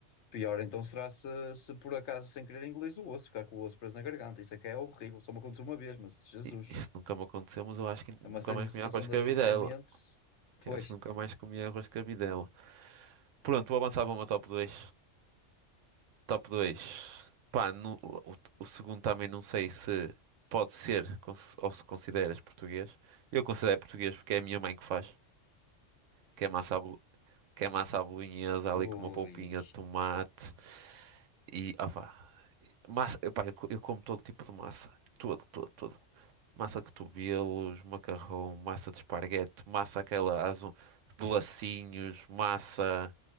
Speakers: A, on the left; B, on the right.
A: Pior então será se, se por acaso sem querer engolir o osso, ficar com o osso preso na garganta. Isso é que é horrível, só me aconteceu uma vez, mas Jesus,
B: Isso nunca me aconteceu, mas eu acho que nunca
A: é uma sen-
B: mais
A: sensação
B: comi arroz de
A: de
B: cabidela.
A: asfixiamento. Pois,
B: Eu acho que nunca mais comi arroz de cabidela. Pronto, vou avançar para uma top dois Top dois Pá, no- o, o segundo também não sei se pode ser cons- ou se consideras português. Eu considero português porque é a minha mãe que faz. Que é massa à, bolo- que é massa à bolonhesa
A: Ui,
B: ali com uma polpinha de tomate e, opá, massa, eu, pá, eu, co- eu como todo tipo de massa. Todo, todo, todo. massa de cotovelos, macarrão, massa de esparguete, massa aquela azu- de lacinhos, massa,